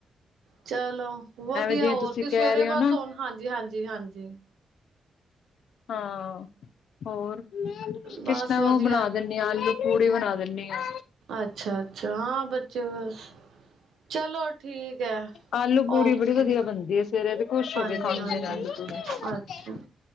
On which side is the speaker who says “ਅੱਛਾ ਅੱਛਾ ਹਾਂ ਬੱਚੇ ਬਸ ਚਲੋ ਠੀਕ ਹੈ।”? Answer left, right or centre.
Right